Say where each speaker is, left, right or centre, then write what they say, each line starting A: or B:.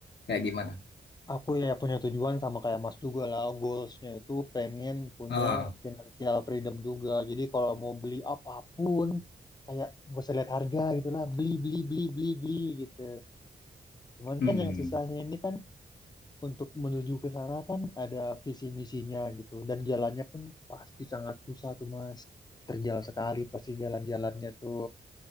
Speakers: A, on the left; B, on the left.
A: Kayak gimana?
B: Aku ya punya tujuan sama kayak Mas juga lah goalsnya itu pengen punya
A: Oh,
B: financial freedom juga. Jadi kalau mau beli apapun kayak gak usah lihat harga gitu lah beli beli beli beli beli gitu. Cuman
A: hmm.
B: kan yang susahnya ini kan untuk menuju ke sana kan ada visi misinya gitu dan jalannya pun pasti sangat susah tuh Mas. Terjal sekali pasti jalan-jalannya tuh.